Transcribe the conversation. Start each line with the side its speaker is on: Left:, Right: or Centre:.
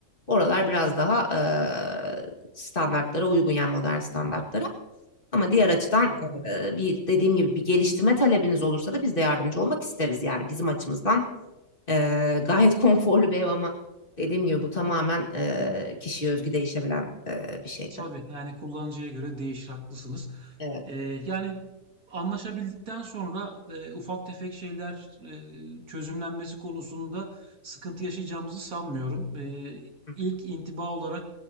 Left: Oralar biraz daha eee, standartlara uygun yani modern standartlara. Ama diğer açıdan
Right: hı.
Left: eee, bir dediğim gibi bir geliştirme talebiniz olursa da biz de yardımcı olmak isteriz. Yani bizim açımızdan eee, gayet <laughs> konforlu bir ev ama dediğim gibi bu tamamen eee kişiye özgü değişebilen eee, bir şey tabii.
Right: Tabii yani kullanıcıya göre değişir haklısınız.
Left: Evet,
Right: Ee, yani anlaşabildikten sonra e, ufak tefek şeyler e, çözümlenmesi konusunda sıkıntı yaşayacağımızı sanmıyorum. Ee,
Left: Hı
Right: ilk intiba olarak